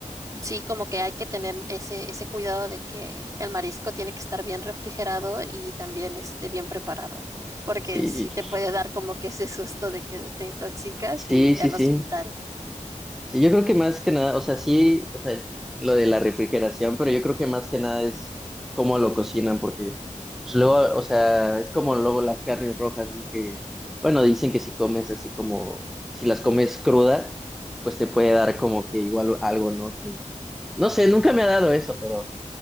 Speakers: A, on the right; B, in the centre.
A: sí como que hay que tener ese, ese cuidado de que el marisco tiene que estar bien refrigerado y también este bien preparado, porque
B: Sí,
A: sí te puede dar como que ese susto de que te intoxicas
B: sí,
A: y
B: sí,
A: al
B: sí.
A: hospital.
B: Sí, yo creo que más que nada, o sea, sí, o sea, lo de la refrigeración, pero yo creo que más que nada es cómo lo cocinan, porque pues luego, o sea, es como luego las carnes rojas, ¿no? Que, bueno, dicen que si comes así como, si las comes cruda, pues te puede dar como que igual algo, ¿no? Que, no sé, nunca me ha dado eso, pero,